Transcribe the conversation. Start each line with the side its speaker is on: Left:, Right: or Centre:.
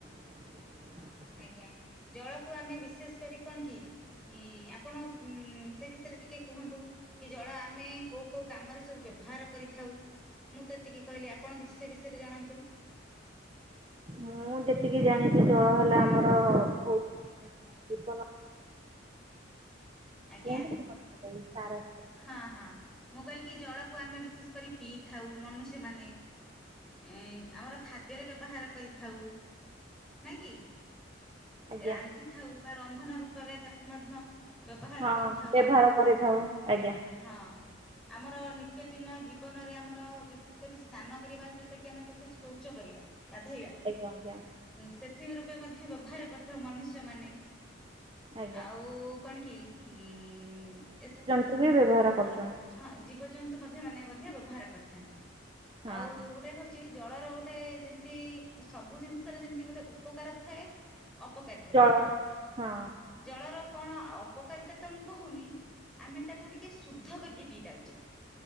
Centre: ଆଜ୍ଞା ଜଳକୁ ଆମେ ବିଶେଷ କରି କଣ କି ଇଁ ଆପଣ ଉଁ ଉଁ ସେ ବିଷୟେରେ ଟିକେ କୁହନ୍ତୁ କି ଜଳ ଆମେ କୋଉ କୋଉ କାମରେ ସବୁ ବ୍ୟବହାର କରିଥାଉ। ମୁଁ ତ ଏତିକି କହିଲି ଆପଣ କିଛି ସେ ବିଷୟେରେ ଜଣାନ୍ତୁ।
Right: ମୁଁ ଯେତିକି ଜାଣିଚି ଜଳ ହେଲା ଆମର ବହୁତ ଜୀବନ
Centre: ଆଜ୍ଞା
Right: କୁହନ୍ତୁ ମୁଁ ପଛରେ କହିବି ସାର
Centre: ହଁ ହଁ। ମୁଁ କହିଲି କି ଜଳକୁ ଆମେ ବିଶେଷ କରି ପିଇଥାଉ ମନୁଷ୍ୟମାନେ। ଏଁ ଆମର ଖାଦ୍ୟରେ ବ୍ୟବହାର କରିଥାଉ ନାଇଁ କିି।
Right: ଆଜ୍ଞା।
Centre: ରାନ୍ଧିଥାଉ ବା ରନ୍ଧନ ରୂପରେ ତାକୁ ମଧ୍ୟ ବ୍ୟବହାର
Right: ହଁ
Centre: କରିଥାଉ
Right: ବ୍ୟବହାର କରିଥାଉ ଆଜ୍ଞା।
Centre: ହଁ। ଆମର ନିତ୍ୟ ଦିନ ଜୀବନରେ ଆମର ବିଶେଷ କରି ସ୍ନାନ କରିବା ଯେଉଟା କି ଆମେ କହୁଚେ ଶୌଚ କରିବା। ଗାଧେଇବା।
Right: ଆଜ୍ଞା ଆଜ୍ଞା।
Centre: ଉଁ ସେଥି ରୂପେ ମଧ୍ୟ ବ୍ୟବହାର କରିଥାଉ ମନୁଷ୍ୟମାନେ
Right: ଆଜ୍ଞା।
Centre: ଆଉ କଣ କି ହୁଁ ଏସ୍
Right: ସେ ବି ବ୍ୟବହାର କରୁଛନ୍ତି।
Centre: ଆ ଜୀବଜନ୍ତୁ ମଧ୍ୟ ମାନେ ମଧ୍ୟ ବ୍ୟବହାର କରିଥାନ୍ତି
Right: ହଁ
Centre: ଆଉ ଗୋଟେ ହଉ ଚି ଜଳର ଗୋଟେ ଯେମତି ସବୁ ଜିନିଷର ଯେମତି ଗୋଟେ ଉପକାର ଥାଏ ଅପକାରିତ
Right: ଜଳ
Centre: ଥାଏ।
Right: ହଁ
Centre: ଜଳର କଣ ଆ ଅପକାରିତା ତ ମୁଁ କହୁନି ଆମେ ତାକୁ ଟିକେ ଶୁଦ୍ଧ କରି କି ପିଇବା ଉଚିତ୍।